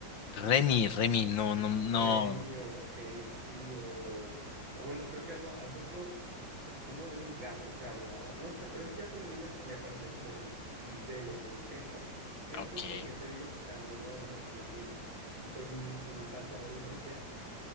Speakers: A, on the left; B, on the right.
A: Remy, Remy, no, no, no.
B: Remy o Heidi o, o bueno, creo que algo, había otro, uno de un gato que hablaba, no sé, pero esos ya son animes, me parecen como del, mm, de los ochentas. Estos
A: Ok.
B: los que te digo, pues, eran de los noventa, que yo fui, fue mi, mi infancia, adolescencia.